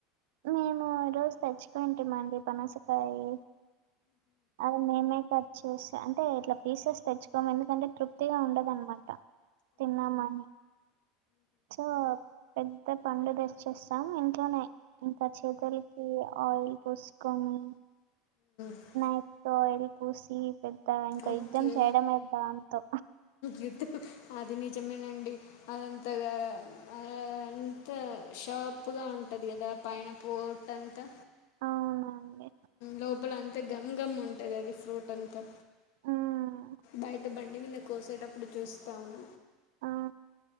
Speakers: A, on the right (about 65°); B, on the left (about 55°).
A: మేము రోజు తెచ్చుకుంటమండి పనసకాయ అది మేమే కట్ చేసి అంటే ఇట్లా పీసెస్ తెచ్చుకోము ఎందుకంటే తృప్తిగా ఉండదనమాట తిన్నామాని చో పె అ పండు తెచ్చేస్తాం ఇంట్లోనే ఇంకా చేతులకి ఆయిల్ పూసుకుని
B: ఓకే
A: కానీఫ్ తో ఆయిల్ పూసి పెద్ద ఇంకా
B: ఓకే
A: యుద్ధం చేయడమే దానితో
B: యుద్ధం అది నిజమేనండి అదంతగా ఆ ఆ అంత షాప్ ఉప్పుగా ఉంటది కదా పైన పోట అంతా
A: అవునండి
B: లోపల అంతా గమ్ గమ్ ఉంటుంది అది ఫ్రూట్ అంతా
A: ఉమ్
B: బయట బండి నమీద కోసేటప్పుడు చూస్తాము
A: ఆ